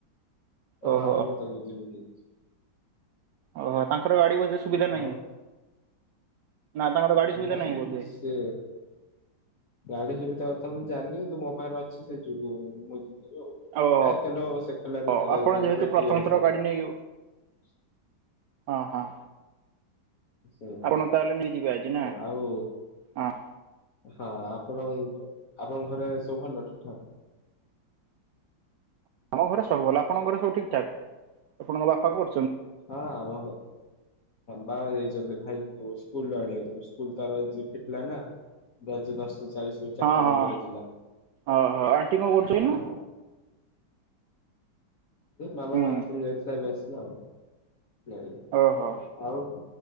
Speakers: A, on the right (about 70°); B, on the left (about 50°).
A: ଓହୋ
B: ହଁ ମୁଁ ତ ଗଧରିବ ନ <unintelligible>
A: ଓହୋ, ତାଙ୍କର ଗାଡି ବୋଧେ ସୁବିଧା ନାହିଁ।
B: ଆଉ
A: ନା ତାଙ୍କର ଗାଡି ସୁବିଧା
B: ନାଇଁ
A: ନାହିଁ ବୋଧେ
B: ସେ ଗାଡି ସୁବିଧା କଥା ମୁଁ ଜାଣିନି, କିନ୍ତୁ ମୋ ପାଖରେ ଅଛି, ସେ ଯୁଁ ମୁଁ ଯିବ।
A: ଓହୋ
B: କାଇ ତଲ ସୋଇକଲ
A: ଓ
B: ସା
A: ଆପଣ
B: ବ୍ୟାଟି
A: ଯେହେତୁ ପ୍ରଥମ
B: କରି
A: ଥର
B: ସା <unintelligible>
A: ଗାଡ଼ି ନେଇକି ହଁ ହଁ
B: ସେ ଆ
A: ଆପଣ ତାହେଲେ ନେଇଯିବେ ଆଜି ନା
B: ଆଉ
A: ହଁ
B: ହଁ, ଆପଣଙ୍କ, ଆପଣଙ୍କ ଘରେ ସବୁ ଭଲ ଠିକ ଠାକ୍
A: ଆମ ଘରେ ସବୁ ଭଲ, ଆପଣଙ୍କ ଘରେ ସବୁ ଠିକ ଠାକ୍, ଆପଣଙ୍କ ବାପା କ?
B: ହଁ ଭ ବାବା ଯାଇଛନ୍ତି, ଭାଇ କ ସ୍କୁଲ ଆଣିବାକୁ। ସ୍କୁଲ ତାର ଯ ଫିଟିଲା ନା, ଦ ଦ <unintelligible> ଚାଳିଶରୁ ଚାରିଟା
A: ହଁ ହଁ
B: ବନ୍ଦର ଥିଲା
A: ଓହୋ ଆଣ୍ଟି କଣ କରୁଛନ୍ତି
B: ହ
A: ନା?
B: ମାମା
A: ହୁଁ
B: ବାଥରୁମ ଯଥିଲା, ଏବେ ଆସିଲ ଆଉ ନାଇ,
A: ଓହୋ
B: ଆଉ